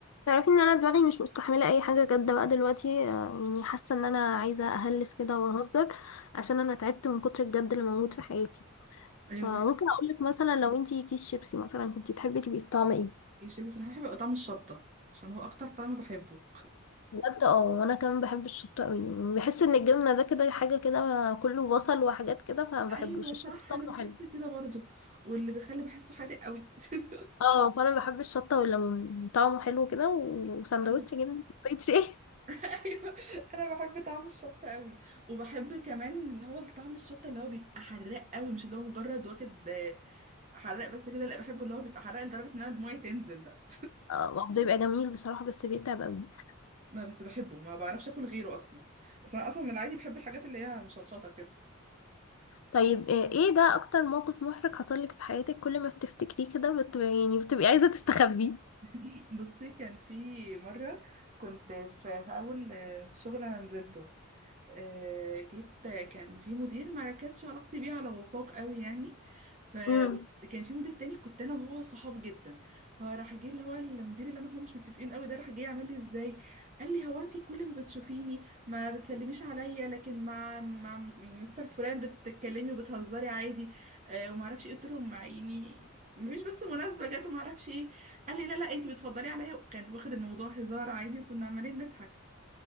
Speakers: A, on the left (about 75°); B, on the right (about 35°).
A: تعرفي ان انا دماغي مش مستحمله اي حاجه جد بقى دلوقتي آه، يعني حاسه ان انا عايزه اهلس كده واهزر عشان انا تعبت من كتر الجد اللي موجود في حياتي
B: ايوه
A: فممكن
B: روح
A: اقول لك مثلا لو انتي كيس شيبسي مثلا كنتي تحبي تبقي بطعم ايه
B: يشيل بخضار بحب يبقى طعم الشطة عشان هو اكتر طعم بحبه
A: بجد اه وانا كمان بحب الشطه قوي يعني بحس ان الجبنه ده كده حاجه كده كله بصل وحاجات كده
B: <laughs>
A: فما بحبوش
B: ايوه
A: الشطه
B: صح
A: طعمه
B: انا بحس
A: حلو
B: كده برضو واللي بيخلي بحسه حادق قوي <laughs>
A: اه فانا بحب الشطه والليمون طعمه حلو كده و- وسندوتش
B: انا ب...
A: جبنه كوبايه شاي
B: ايوه انا بحب طعم الشطه قوي وبحب كمان اللي هو طعم الشطه اللي هو بيبقى حراق قوي مش اللي هو مجرد واخد آه، حراق بس كده لا بحبه اللي هو بيبقى حراق لدرجه ان انا دموعي تنزل ده
A: <laughs> آه، بيبقى جميل بصراحه بس بيتعب قوي
B: ما بس بحبه ما بعرفش اكل غيره اصلا اصلا اصلا من العادي بحب الحاجات اللي هي مشطشطه كده
A: طيب آه، ايه بقى اكتر موقف محرج حصلك في حياتك كل ما بتفتكريه كده بت... يعني بتبقي عايزة تستخبيه
B: <laughs> بصي كان في مرة كنت في, في أول شغل أنا نزلته آه، جيت آه، كان في مدير ما كانتش علاقتي بيه على وفاق قوي يعني فكان
A: امم
B: في مدير تاني كنت انا وهو صحاب جدا فراح جه اللي هو المدير اللي انا وهو مش متفقين قوي ده راح جه يعمل لي ازاي قال لي هو انت كل ما بتشوفيني ما بتسلميش عليا لكن مع مع يعني مستر فلان بتتكلمي وبتهزري عادي آه، وما اعرفش ايه قلت له مع- يعني مفيش بس مناسبة جات وما اعرفش ايه قال لي لا لا انت بتفضلي عليا وكان واخد الموضوع هزار عادي وكنا عمالين نضحك